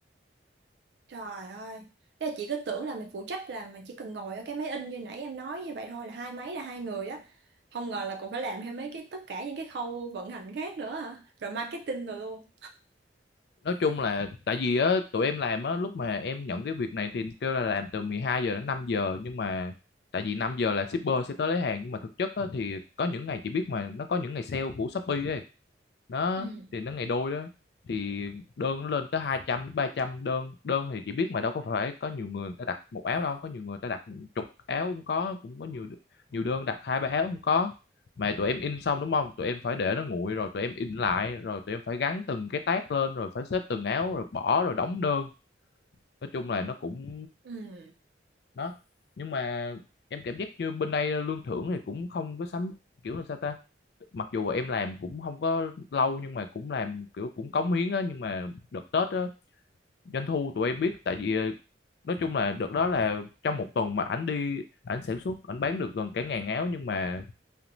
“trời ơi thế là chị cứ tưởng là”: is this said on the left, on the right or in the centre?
Right